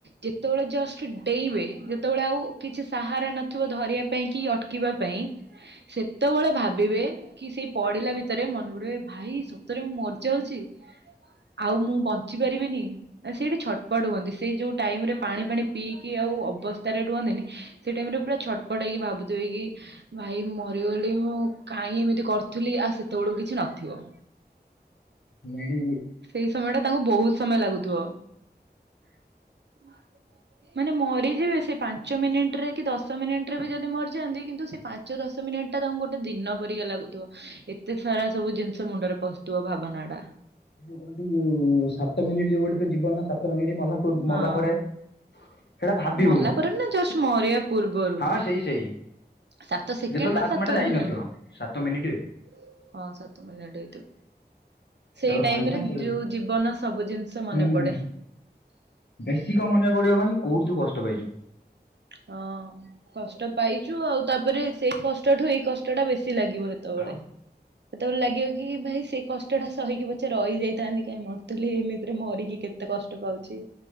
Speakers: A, on the right; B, on the left.
A: ଯେତେବେଳେ ଜଷ୍ଟ ଡେଇଁ ବେ ଜଉ। ସେତେବେଳେ ଆଉ କିଛି ସାହାରା ନ ଥିବ ଧରିବା ପାଇଁ କି ଅଟକିବା ପାଇଁ ସେତେବେଳେ ଭାବିବେ କି ସେଇ ପଡିଲା ଭିତରେ ମନେ ପଡିବ ଭାଇ ସତରେ ମୁଁ ମରିଯାଉଛି ଆଉ ମୁଁ ବଞ୍ଚି ପାରିବିନି ସେଇଠି ଛ ଛଟପଟ ହୁଅନ୍ତି ସେଇ ଯୋଉ ଟାଇମ ରେ ପାଣି ପାଣି ପିଇକି ଆଉ ଅବସ୍ଥାରେ ରୁହନ୍ତିନି ସେ ଟାଇମ ରେ ପୁରା ଛଟପଟ ହେଇକି ଭାବୁଥିବେ କି ଭାଇ ମରିଗଲି ମୁଁ କାହିଁ ଏମିତି କରୁଥିଲି ଆଉ ସେତେବେଳକୁ କିଛି ନଥିବ।
B: ନଣି
A: ସେଇ ସମୟ ଟା ତାଙ୍କୁ ବହୁତ ସମୟ ଲାଗୁଥିବ। <inaudible> ମାନେ ମରିଯିବେ ସେ ପାଞ୍ଚ ମିନିଟ ଟ୍ରେ କି ଦଶ ମିନିଟ ରେ ବି ଯଦି ମରିଯାଆନ୍ତି କିନ୍ତୁ ସେ ପାଞ୍ଚ ଦଶ ମିନିଟ୍ ଟା ତାଙ୍କୁ ଗୋଟେ ଦିନ ପରିକା ଲାଗୁଥିବ। ଏତେ ସାରା ସବୁ ଜିନିଷ ମୁଣ୍ଡରେ ପସ୍ତୁବ ଭାବନା ଟା।
B: କଣ ସାତ ମିନିଟ ଯୋଉ ଗୋଟେ ତ ଯିବନର ସ <unintelligible> ଏଠି ମାଳ ପୂର୍ବ
A: ହଁ
B: ମଲା ପରେ ସେଇଟା ଭାବିବୁ
A: ମଲା ପରେ ନା ଜଷ୍ଟ ମରିବା ପୂର୍ବରୁ
B: ହଁ ସେଇ ସେଇ
A: ସାତ ସେକେଣ୍ଡ
B: ଯେତେବେଳେ
A: ନା
B: ତ ଆତ୍ମା
A: ସାତ
B: ଟା ଯାଇନଥିବ
A: ମିନିଟ
B: ସାତ ରେ
A: ହଁ ସାତ ମିନିଇ ସେଇ
B: ତାପରେ
A: ଟାଇରେ
B: କଣ ହେଇଛି ନା ସେ
A: ଯୋଉ ଜୀବନ ସବୁ ଜିନିଷ ମନେ
B: ହୁଁ
A: ପଡେ
B: ହୁଁ ବେଶୀ କ ମନେ ପଡିବବାନି କୋଉଠି ତୁ କଷ୍ଟ ପାଇଛୁ
A: ହଁ କଷ୍ଟ ପାଇଛୁ ଆଉ ତାପରେ ସେଇ କଷ୍ଟଠୁ ଏଇ କଷ୍ଟ ଟା ବେଶୀ ଲାଗିବ ସେତେବେଳେ
B: ଆଉ
A: ସେତେବେଳେ ଲାଗିବ କି ଭାଇ ସେ କଷ୍ଟଟା ସହିକି ପଛେ ରହିଯାଇଥାନ୍ତି କାଇହିଁ ମରୁଥିଲି ଏମିତିରେ ମରିକି କେତେ କଷ୍ଟ ପାଉଛି